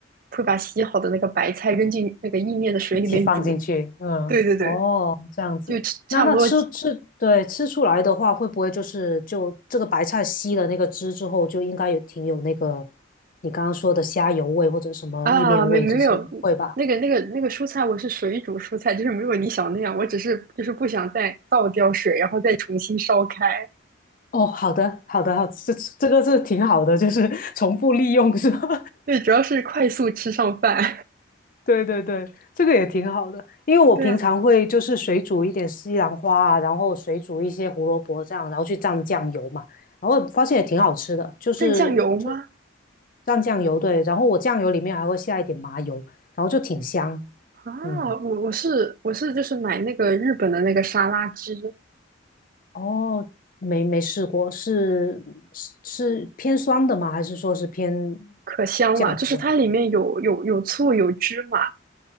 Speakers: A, on the right; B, on the left.
A: 会把洗好的那个白菜扔进那个意面的水里面煮。
B: 一起放进去，嗯，
A: 对对对，
B: 哦，这样子。
A: 就差不多
B: 那那吃吃，对，吃出来的话，会不会就是就这个白菜吸了那个汁之后，就应该也挺有那个你刚刚说的虾油味或者什么意面味这些，
A: 啊，没没没有，
B: 会吧？
A: 那个那个那个蔬菜，我是水煮蔬菜，就是没有你想那样，我只是就是不想再倒掉水，然后再重新烧开。
B: 哦，好的，好的，好，这这个是挺好的，就是重复利用是吧？<laughs>
A: 对，主要是快速吃上饭。
B: 对对对，这个也挺好的，因为我平常会就是水煮一点西兰花啊，
A: <laughs> 对啊，
B: 然后水煮一些胡萝卜这样，然后去蘸酱油嘛，然后发现也挺好吃的，就是就
A: 蘸酱油吗？
B: 蘸酱油，对，然后我酱油里面还会下一点麻油，然后就挺香，
A: 啊，
B: 嗯，
A: 我我是我是就是买那个日本的那个沙拉汁，
B: 哦，没没试过，是是是偏酸的吗？还是说是偏
A: 可香了，
B: 酱油味？
A: 就是它里面有有有醋有芝麻，